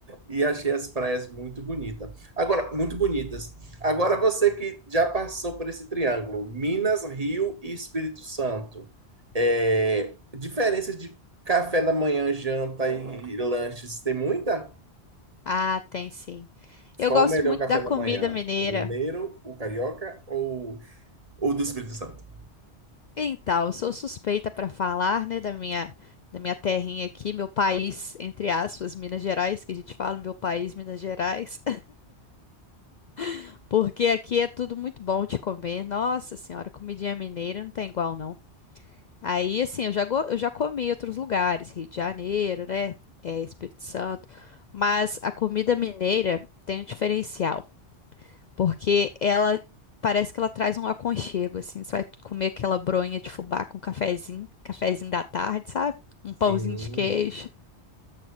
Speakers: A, on the right (about 35°); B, on the left (about 50°).
A: e achei as praias muito bonitas. Agora, muito bonitas. Agora, você que já passou por esse triângulo, Minas, Rio e Espírito Santo, é, diferenças de café da manhã, janta e lanches, tem muita?
B: Ah, tem sim. Eu
A: Qual
B: gosto
A: o melhor
B: muito
A: café
B: da
A: da
B: comida
A: manhã?
B: mineira.
A: O mineiro, o carioca ou o do Espírito Santo?
B: Então, eu sou suspeita para falar, né, da minha da minha terrinha aqui, meu país, entre aspas, Minas Gerais, que a gente fala, meu país, Minas Gerais, <laughs> porque aqui é tudo muito bom de comer. Nossa Senhora, comidinha mineira não tem igual não. Aí, assim, eu já go- eu já comi em outros lugares, Rio de Janeiro, né, é, Espírito Santo, mas a comida mineira tem um diferencial. Porque ela parece que ela traz um aconchego, assim. Você vai comer aquela bronha de fubá com cafezinho, cafezinho da tarde, sabe? Um
A: Sim.
B: pãozinho de queijo,